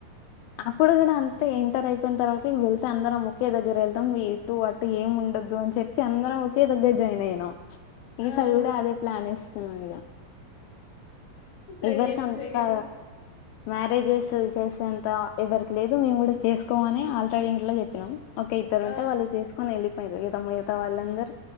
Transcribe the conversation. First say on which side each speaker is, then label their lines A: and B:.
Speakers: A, on the left; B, on the left.
A: అప్పుడు కూడా అంతా ఏంటర్ అయి దాన్ తర్వాత నీక్ తెల్స అందరం ఒకే దగ్గర మొత్తం ఇటు అటు ఏం ఉండదు అని చెప్పి అందరం ఒకే దగ్గర జాయిన్ అయినాం ఈసారి
B: ఆ
A: కూడా అదే ప్లాన్ ఏస్తున్నం ఇగ
B: చెయ్యండి
A: ఎవరికంతా
B: చెయ్యండి
A: మ్యారేజెస్ చేసేంత ఎవరికి లేదు మేము కూడా చేసుకోమని ఆల్రెడీ ఇంట్ల చెప్పినం ఒక ఇద్దరు ఉంటే
B: ఆ
A: వాళ్ళు చేసుకొని వెళ్ళపోయిండ్రు యు త మిగతా వాళ్ళందరు